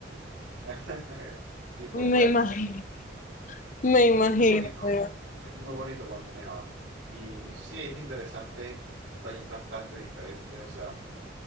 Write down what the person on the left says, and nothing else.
Me
imagino,
me Sí. imagino,
eh,